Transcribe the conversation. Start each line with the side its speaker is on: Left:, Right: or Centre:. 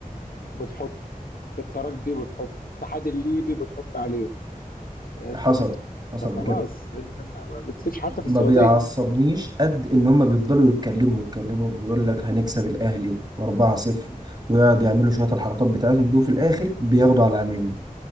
Left: بتحط في الترجي بتحط الاتحاد الليبي بتحط عليهم اه،
Right: حصل
Left: ف-
Right: حصل
Left: فخلاص
Right: بجد
Left: انت ما ما بتسيبش حتى في
Right: ما
Left: السعوديه
Right: بيعصبنيش قد ان هم بيفضلوا يتكلموا يتكلموا ويقول لك هنكسب الاهلي واربعة صفر ويقعد يعملوا شوية الحركات بتاعتهم دي وفي الاخر بياخدوا على عينيهم